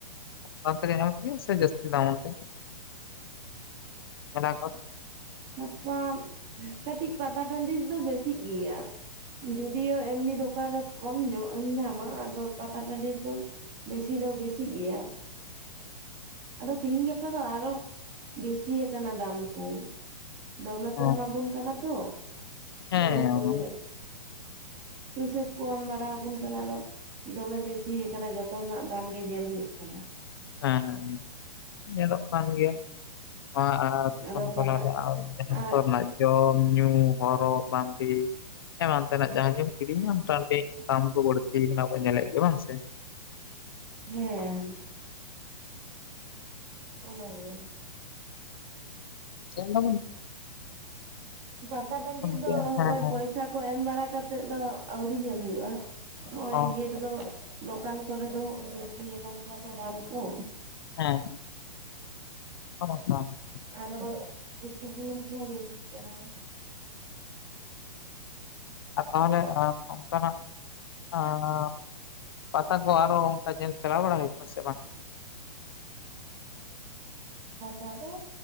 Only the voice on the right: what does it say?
ᱥᱟᱵ ᱠᱟᱜ ᱟᱢ ᱠᱟᱹᱴᱤᱡ ᱯᱟᱛᱟ ᱴᱟᱹᱱᱰᱤ ᱨᱮᱫᱚ ᱵᱮᱥᱤᱜ ᱜᱤᱭᱟ ᱾ ᱡᱩᱫᱤᱭᱳ ᱮᱢᱱᱤ ᱫᱳᱠᱟᱱ ᱨᱮ ᱠᱚᱢ ᱧᱚᱜ ᱮᱢ ᱧᱟᱢᱟ ᱟᱫᱚ ᱯᱟᱛᱟ ᱴᱟᱹᱱᱰᱤ ᱨᱮᱫᱚ ᱾ ᱵᱮᱥᱤ ᱫᱚ ᱵᱮᱥᱤᱜ ᱜᱤᱭᱟ ᱾ ᱟᱫᱚ ᱛᱮᱦᱤᱧ ᱜᱟᱯᱟ ᱫᱚ ᱟᱨᱦᱚ ᱵᱤᱥᱤᱭᱟᱠᱟᱱᱟ ᱫᱟᱢ ᱠᱳ ᱾ ᱫᱚᱢᱮ ᱠᱳ
ᱮᱢᱟᱵᱳᱱ ᱠᱟᱱᱟ ᱛᱚ
ᱫᱚᱢᱮ ᱯᱚᱭ ᱯᱩᱭᱥᱟᱹ ᱠᱚ ᱮᱢ ᱵᱟᱲᱟ ᱟᱵᱚᱱ ᱠᱟᱱᱟ ᱫᱚ ᱾ ᱫᱚᱢᱮ ᱵᱮᱥᱤᱭᱟ ᱠᱟᱱᱟ ᱡᱷᱚᱛᱚ ᱨᱮᱱᱟᱜ ᱫᱟᱢ ᱜᱮ ᱧᱮᱞ ᱦᱳᱭᱳᱜ ᱠᱟᱱᱟ ᱾
ᱟᱫᱚ
ᱯᱟᱛᱟ
ᱟᱜ
ᱴᱷᱮᱱ ᱚᱱᱟᱜᱮ ᱾
ᱯᱟᱛᱟ ᱴᱟᱺᱰᱤ ᱫᱚ
ᱦᱚᱜ
ᱚᱭ
ᱯᱚᱭᱥᱟ᱾ ᱠᱚ ᱮᱢ ᱵᱟᱲᱟ ᱠᱟᱛᱮᱫ ᱫᱚ ᱟᱹᱣᱨᱤ ᱧᱮᱞ ᱦᱳᱭᱳᱜᱼᱟ ᱱᱚᱜᱼᱚᱭ
ᱤᱭᱟᱹ ᱨᱮᱫᱚ ᱫᱚᱠᱟᱱ ᱠᱚᱨᱮ ᱫᱚ ᱦᱚᱜᱼᱚᱭ ᱵᱮᱥᱤᱭᱟᱠᱟᱱ ᱜᱮᱭᱟ ᱛᱚ ᱫᱟᱢ ᱠᱚ
ᱟᱨ ᱦᱚᱜᱼᱚᱭ ᱩᱛᱩ ᱵᱩᱞᱩᱝ ᱠᱚᱦᱚᱸ ᱵᱮᱥᱤᱜ ᱠᱟᱱᱟ
ᱯᱟᱛᱟ ᱫᱚᱻ